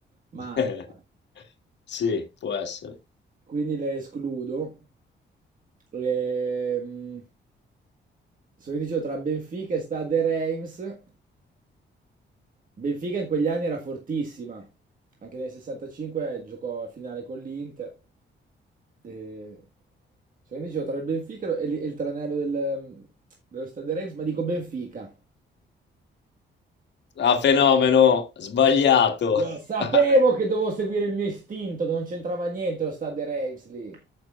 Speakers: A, on the right; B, on the left.
A: mantra.
B: <laughs> Sì, può essere.
A: Quindi le escludo. Ehm, sono indeciso tra Benfica e Stade Reims. Benfica in quegli anni era fortissima, anche nel 65 giocò a finale con l'Inter. E... So, quindi dicevo tra il Benfica e l- e il tranello del, dello Stade Reims, ma dico Benfica.
B: Ah, fenomeno, sbagliato.
A: Lo sapevo
B: <laughs>
A: che dovevo seguire il mio istinto, che non c'entrava niente lo Stade Reims lì.